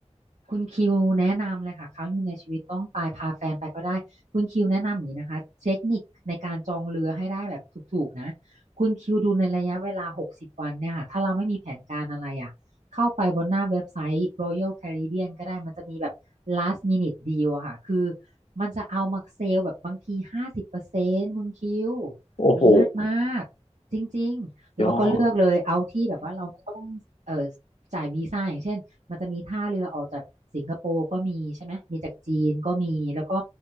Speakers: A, on the right; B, on the left.
A: คุณคิวแนะนำเลยค่ะครั้งหนึงในชีวิตต้องไปพาแฟนไปก็ได้คุณคิวแนะนำอย่างนี้นะคะเทคนิคในการจองเรือให้ได้แบบถูกๆนะคุณคิวดูในระยะเวลา60วันเนี่ยค่ะถ้าเราไม่มีแผนการอะไรอ่ะเข้าไปบนหน้าเว็บไซต์ Royal Caribbean ก็ได้มันจะมีแบบ last minute deal อะค่ะคือมันจะเอามาเซลแบบบางที50%คุณคิว
B: โอ้โห
A: มันเลิศมากจริงๆเราก็เลือกเลยเอาที่แบบว่าเราไม่ต้องเอ่อ
B: ยอด
A: จ่ายวีซ่าอย่างเช่น มันจะมีท่าเรือออกจากสิงคโปร์ก็มีใช่ไหมมีจากจีนก็มีแล้วก็